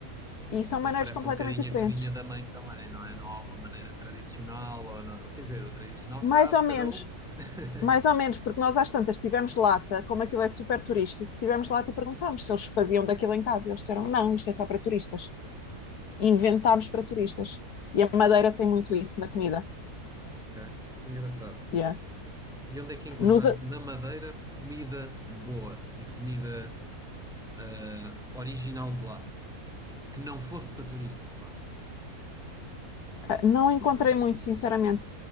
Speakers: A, on the left; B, in the centre.
A: E são
B: Então
A: maneiras
B: parece
A: completamente
B: um bocadinho
A: diferentes.
B: a cozinha da mãe também, não é? Não há uma maneira tradicional, ou não- quer dizer, o tradicional será
A: Mais
B: a de
A: ou
B: cada
A: menos,
B: um. <laughs>
A: mais ou menos, porque nós às tantas tivemos lata, como aquilo é super turístico, tivemos lata e perguntámos se eles faziam daquilo em casa. Eles disseram, não, isto é só para turistas. Inventámos para turistas. E a Madeira tem muito isso na comida.
B: Ok, que engraçado.
A: Yeah.
B: E onde é que encontraste
A: Nos, eh,
B: na Madeira comida boa e comida ah, original de lá? Que não fosse para turistas, vá.
A: não encontrei muito, sinceramente.